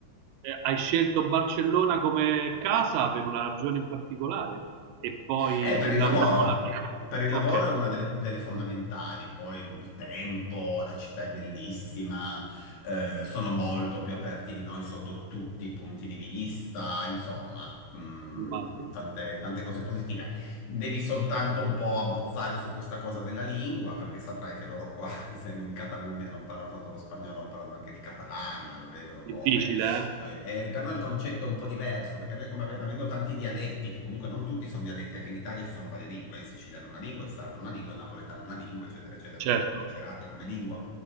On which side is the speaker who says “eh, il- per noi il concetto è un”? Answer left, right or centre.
Left